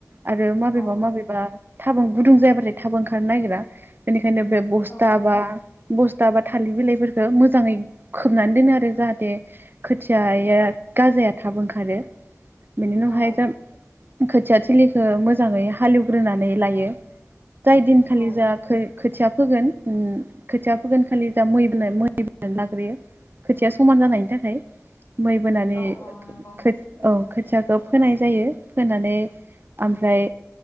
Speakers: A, on the right; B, on the left.
A: आरो माबेबा
B: अ औ
A: माबेबा थाब गुदुं जायाबाथाय थाबो ओंखारनो नागिरा बेनिखायनो बे बस्था
B: औ
A: बा बस्था बा थालिर बिलाइफोरखौ मोजांङै खोबनानै दोनो आरो जाहाथे खोथियाया गाजाया थाब ओंखारो बिनि उनावहाय
B: औ
A: दा खोथिया थिलिखौ मोजांङै हालेवग्रोनानै लायो। जाय दिनखालि
B: औ
A: जायाखै। खोथिया फोगोन खोथिया फोगोन खालि मै मैबोना लाग्रोयो खोथिया समान जानायनि थाखाय मै बोनानै
B: औ औ नंगौ
A: खो औ खोथियाखौ फोनाय जायो फोनानै ओमफ्राय